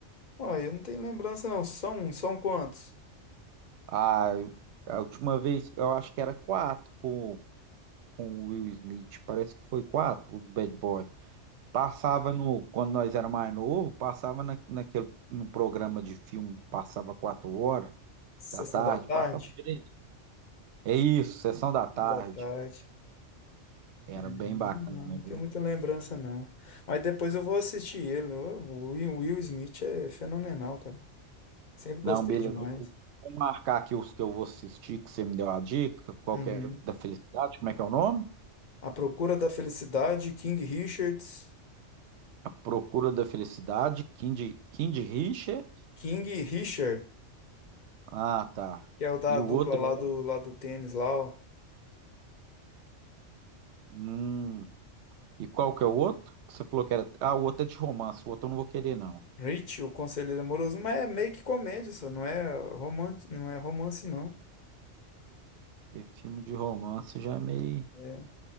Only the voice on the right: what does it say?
Ah, eu- a última vez eu acho que era quatro com, com o Will Smith. Parece que foi quatro, os Bad Boys. Passava no, quando nós era mais novo, passava na, naquele, no programa de filme, passava quatro horas
da tarde,
passava direto. É isso, sessão da tarde.
Era
bem bacana,
viu?
Não, beleza.
Vou vou marcar aqui os que eu vou assistir, que você me deu a dica. Qual
que é da felicidade? Como é que é o nome?
A Procura da Felicidade, Kind, Kind Richard.
Ah, tá.
E
o outro
é.
Hum. E qual que é o outro? Que você falou que era. Ah, o outro é de romance. O outro eu não vou querer, não.
Porque filme de romance já é meio.